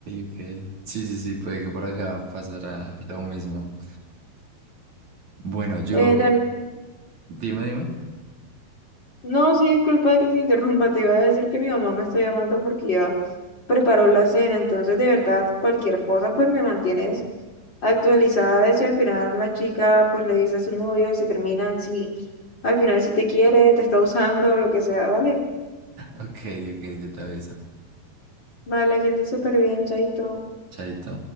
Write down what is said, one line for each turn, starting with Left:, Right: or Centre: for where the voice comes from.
Right: ok. Sí, sí, sí, puede que por acá pasará lo mismo. Bueno, yo,
Left: Eh, David,
Right: dime, dime.
Left: no, sí, disculpa de que te interrumpa, te iba a decir que mi mamá me está llamando porque ya preparó la cena, entonces de verdad cualquier cosa pues me mantienes actualizada de si al final la chica pues le dice a su novio, si terminan, si al final si te quiere, te está usando, lo que sea, dale.
Right: Ok, ok, yo te aviso.
Left: Vale, que estés súper bien, chaito.
Right: Chaito.